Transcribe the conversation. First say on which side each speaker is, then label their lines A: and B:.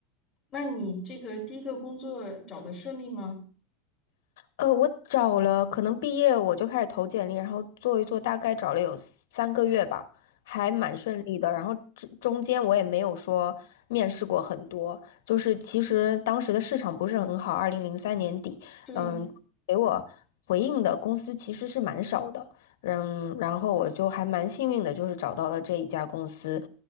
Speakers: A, on the left; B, on the left.
A: 那你这个第一个工作找的顺利吗？
B: 呃，我找了，可能毕业我就开始投简历，然后做一做，大概找了有三个月吧，还蛮顺利的。然后这中间我也没有说面试过很多，就是其实当时的市场不是很好，二零零三年底，
A: 对，
B: 嗯，给我回应的公司其实是蛮少的，嗯，然后我就还蛮幸运的，就是找到了这一家公司。